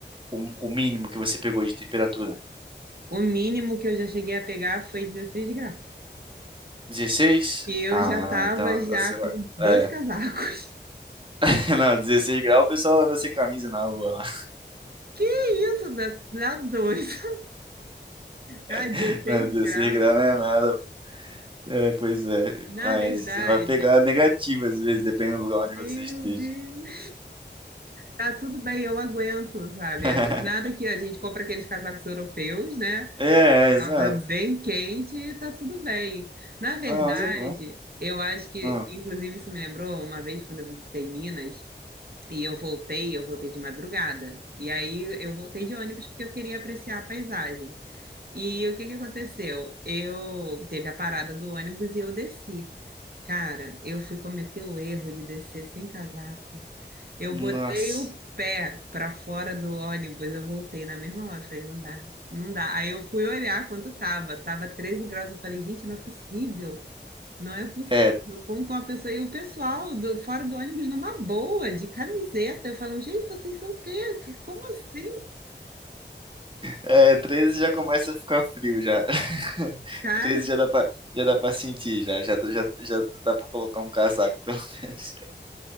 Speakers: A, on the right; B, on the right.
A: o, o mínimo que você pegou de temperatura?
B: O mínimo que eu já cheguei a pegar foi 16 graus.
A: dezesseis
B: E eu
A: Ah,
B: já tava
A: não, então
B: já
A: você
B: com
A: vai.
B: dois
A: É.
B: casacos.
A: <laughs> Não, 16 graus o pessoal anda sem camisa na rua lá.
B: Que isso, dá, dá dois. <laughs> Ai,
A: <laughs>
B: 16
A: Não, 16
B: graus.
A: graus não é nada. É, pois é.
B: Na
A: Mas
B: verdade,
A: você vai pegar negativo às vezes, dependendo do lugar
B: meu
A: onde você esteja.
B: Deus. Tá tudo bem, eu aguento, sabe?
A: <laughs>
B: Nada que a gente compra aqueles casacos europeus, né?
A: É, é, exato.
B: Aquela coisa bem quente e tá tudo bem. Na verdade,
A: Ah, mas é bom.
B: eu acho que,
A: Ah,
B: inclusive, isso me lembrou uma vez quando eu visitei Minas e eu voltei, eu voltei de madrugada. E aí eu voltei de ônibus porque eu queria apreciar a paisagem. E o que que aconteceu? Eu teve a parada do ônibus e eu desci. Cara, eu fui cometer o erro de descer sem casaco. Eu
A: nossa.
B: botei o pé para fora do ônibus, eu voltei na mesma hora, falei, não dá, não dá. Aí eu fui olhar quanto tava, tava 13 graus, eu falei, gente, não é possível. Não é possível.
A: É,
B: Como que uma pessoa e o pessoal do fora do ônibus numa boa, de camiseta, eu falo, gente, vocês são o quê? Que- Como assim,
A: é, 13 já começa a ficar frio já. <laughs>
B: cara?
A: treze já dá pra, já dá pra sentir, já, já, já, já dá pra colocar um casaco, pelo <laughs> menos.